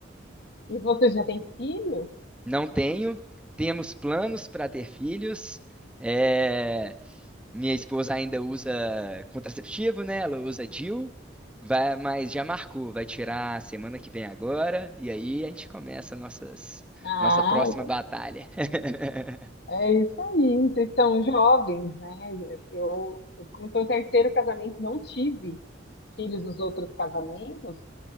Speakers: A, on the left; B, in the centre.
A: E vocês já têm filhos?
B: Não tenho, temos planos para ter filhos. é, Minha esposa ainda usa contraceptivo, né? Ela usa DIU, vai, mas já marcou, vai tirar semana que vem agora, e aí a gente começa nossas,
A: Ah,
B: nossa próxima
A: então
B: batalha. <laughs>
A: é isso aí. Vocês são jovens, né? Eu, eu como estou no terceiro casamento, não tive filhos nos outros casamentos.